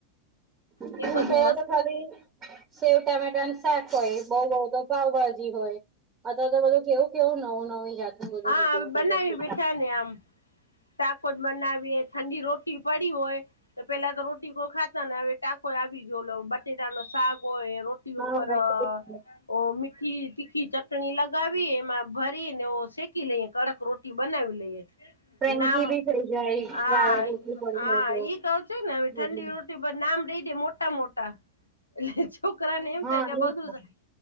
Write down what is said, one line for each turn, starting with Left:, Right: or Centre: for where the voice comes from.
Left: એવું
Right: હા
Left: બધું
Right: પહેલા
Left: મસ્ત
Right: તો ખાલી સેવ ટામેટાનુ શાક હોય બોવ બોવ તો પાવભાજી હોય. અથવા તો બધું કેવું કેવું નવું નવી જાત નું બધું
Left: હા
Right: નીકળ્યું
Left: બનાવી
Right: છે.
Left: બેઠા આમ ટાકોજ બનાવીએ ઠંડી રોટી પડી હોય તો પેલા તો રોટી કો ખા હવે ટાકોઈ આવી જો બટેટાનો શાક હોય રોટી
Right: હા
Left: ઉપર ઓ મીઠી તીખી ચટણી લગાવી એમાં ભરીને શેકી લઈ કડક રોટી ઈ બનાવી લઈએ.
Right: ફ્રેન્કી
Left: નામ
Right: બી થઈ જાય
Left: હા
Right: વા રોટલી પડી હોય તો
Left: ઈ જ છે ને
Right: બધું
Left: ઠંડી ઓછી નામ રહી દે મોટા મોટા એટલે છોકરાને એમ
Right: હા
Left: થાય કે
Right: એ જ
Left: બધું.
Right: ને.